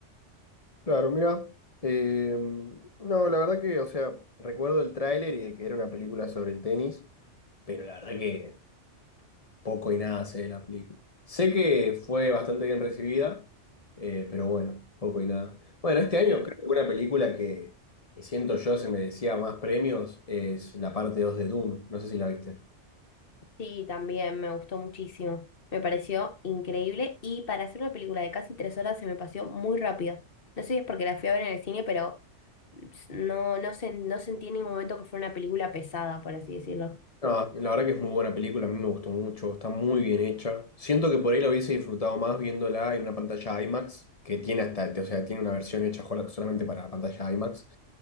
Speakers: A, on the left; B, on the left.
A: claro, mira. eh, no, la verdad que, o sea, recuerdo el tráiler y de que era una película sobre el tenis, pero la verdad que poco y nada sé de la película. Sé que fue bastante bien recibida, eh, pero bueno, poco y nada. Bueno, este año
B: Sí,
A: creo que una película que, que siento yo se merecía más premios es la parte 2 de Dune. No sé si la viste.
B: sí, también me gustó muchísimo. Me pareció increíble y para hacer una película de casi tres horas se me pasó muy rápido. No sé si es porque la fui a ver en el cine, pero no, no sen- no sentí en ningún momento que fuera una película pesada, por así decirlo.
A: No, la verdad que es muy buena película, a mí me gustó mucho, está muy bien hecha. Siento que por ahí la hubiese disfrutado más viéndola en una pantalla IMAX, que tiene hasta, o sea, tiene una versión hecha sola- solamente para la pantalla IMAX.